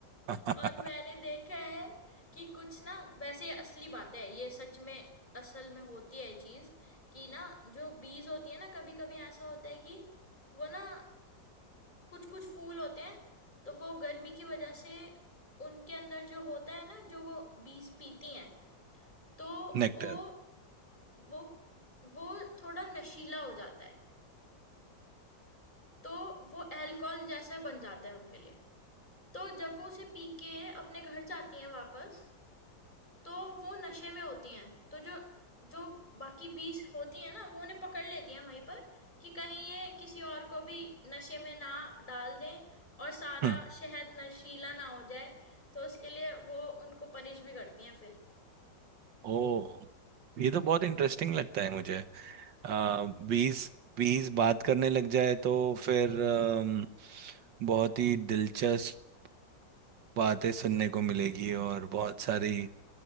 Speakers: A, on the right; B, on the left.
A: <laughs>
B: और मैंने देखा है कि कुछ ना वैसे ये असली बातें हैं ये सच में असल में होती है ये चीज़ कि ना जो बीज होती है ना कभी कभी ऐसा होता है कि वो ना कुछ कुछ फूल होते हैं तो वो गर्मी की वजह से उनके अंदर जो होता है ना जो वो बीज पीती हैं तो
A: नेक्टर
B: वो वो वो थोड़ा नशीला हो जाता है तो वो अल्कोहल जैसा बन जाता है उनके लिए तो जब वो उसे पी के अपने घर जाती हैं वापस तो वो नशे में होती हैं तो जो जो बाकी बीस होती हैं ना वो उन्हें पकड़ लेती हैं वहीं पर कि कहीं ये किसी और को भी नशे में ना डाल दें और सारा
A: हम्म,
B: शहर नशीला ना हो जाए तो उसके लिए वो उनको पनिश भी करती हैं फिर
A: ओ ये तो बहुत इंटरेस्टिंग लगता है मुझे आ, बीस बीस बात करने लग जाए तो फिर अम, बहुत ही दिलचस्प बातें सुनने को मिलेगी और बहुत सारी